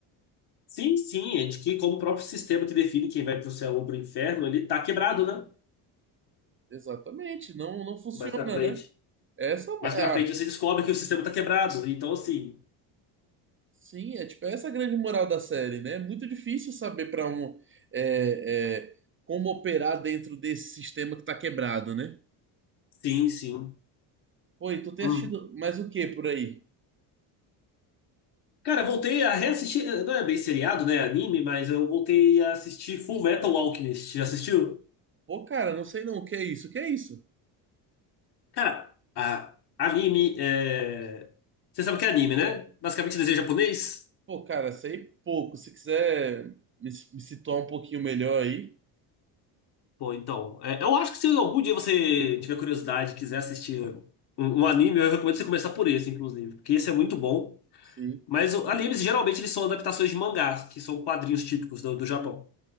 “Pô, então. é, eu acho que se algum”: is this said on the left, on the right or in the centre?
Left